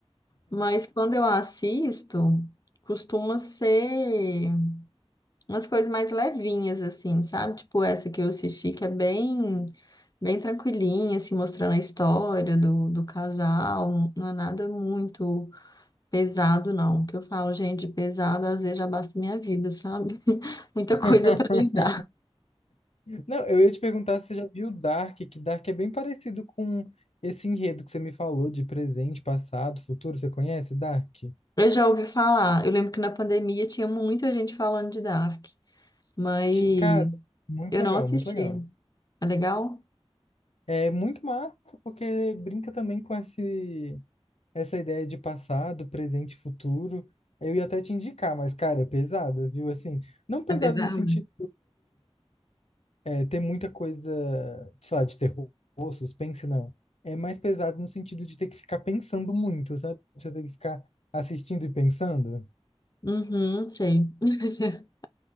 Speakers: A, on the left; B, on the left.
A: Mas quando eu assisto, costuma ser umas coisas mais levinhas, assim, sabe? Tipo essa que eu assisti, que é bem. bem tranquilinha, assim, mostrando a história do, do casal. Não é nada muito pesado, não. Que eu falo, gente, pesado às vezes já basta minha vida, sabe? <laughs> Muita
B: <laughs>
A: coisa para lidar.
B: Não, eu ia te perguntar se você já viu Dark, que Dark é bem parecido com esse enredo que você me falou de presente, passado, futuro. Você conhece Dark?
A: Eu já ouvi falar, eu lembro que na pandemia tinha muita gente falando de Dark, mas
B: Ti- Cara, muito
A: eu
B: legal,
A: não assisti.
B: muito legal.
A: É legal?
B: É muito massa porque brinca também com esse, essa ideia de passado, presente, e futuro. Eu ia até te indicar, mas, cara, é pesada, viu? Assim, não pesada
A: É pesado?
B: no sentido é, ter muita coisa, sei lá, de terror, suspense, não. É mais pesado no sentido de ter que ficar pensando muito, sabe? Você tem que ficar assistindo e pensando.
A: Uhum, sei. <laughs>